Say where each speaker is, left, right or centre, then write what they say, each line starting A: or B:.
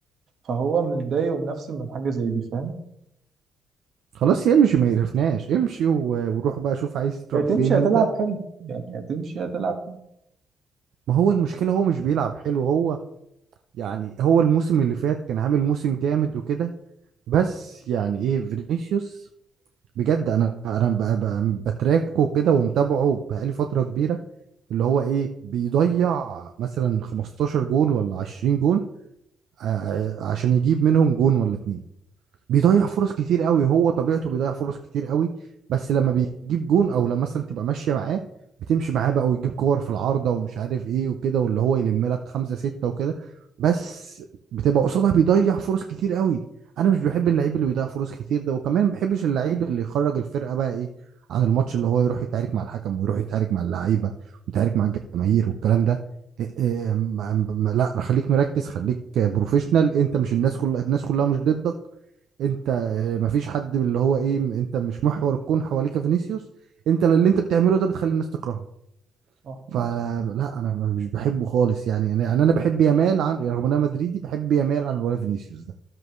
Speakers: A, on the right (about 60°); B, on the right (about 75°).
A: فهو متضايق ومنفسن من حاجة زي دي فاهم
B: خلاص يمشي ما يقرفناش امشي و- وروح بقى شوف عايز تروح
A: يا تمشي
B: فين انت
A: هتلعب حلو يعني يا تمشي هتلعب حلو
B: ما هو المشكلة هو مش بيلعب حلو هو يعني هو الموسم اللي فات كان عامل موسم جامد وكده بس يعني ايه فينيسيوس بجد انا انا ب- ب- بتراكه كده ومتابعه بقالي فتره كبيره اللي هو ايه بيضيع مثلا 15 جون ولا 20 جون آه، عشان يجيب منهم جون ولا اتنين بيضيع فرص كتير قوي هو طبيعته بيضيع فرص كتير قوي بس لما بيجيب جون او لما مثلا تبقى ماشيه معاه بتمشي معاه بقى ويجيب كور في العارضه ومش عارف ايه وكده واللي هو يلم لك خمسه سته وكده بس بتبقى قصادها بيضيع فرص كتير قوي انا مش بحب اللعيب اللي بيضيع فرص كتير ده وكمان ما بحبش اللعيب اللي يخرج الفرقه بقى ايه عن الماتش اللي هو يروح يتعارك مع الحكم ويروح يتعارك مع اللعيبه ويتعارك مع الجماهير والكلام ده إيه إيه إيه، ما- ما- لا خليك مركز خليك بروفيشنال انت مش الناس كلها الناس كلها مش ضدك انت آه، مفيش حد اللي هو ايه م- انت مش محور الكون حواليك فينيسيوس انت اللي انت بتعمله ده بتخلي الناس تكرهه
A: صح معاك
B: فلا
A: حق.
B: انا مش بحبه خالص يعني انا يعني انا بحب يامال عن يعني رغم ان انا مدريدي بحب يامال عن ولا فينيسيوس ده.